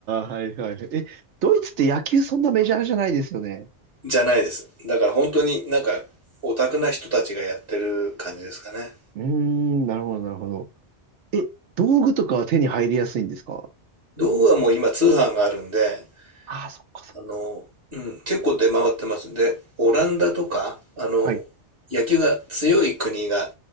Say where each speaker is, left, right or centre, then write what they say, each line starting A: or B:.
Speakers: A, on the right (about 80°); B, on the right (about 50°).
A: あ、はいはい。え、ドイツって野球そんなメジャーじゃないですよね。
B: じゃないです。だから本当になんか、オタクな人たちがやってる感じですかね。
A: うーん、なるほど、なるほど。え、道具とかは手に入りやすいんですか
B: 道具はもう今通販があるんで、
A: ああ、そっかそっ
B: あの、うん、結構出回ってます。で、オランダとか、あの、
A: か。はい。
B: 野球が強い国が、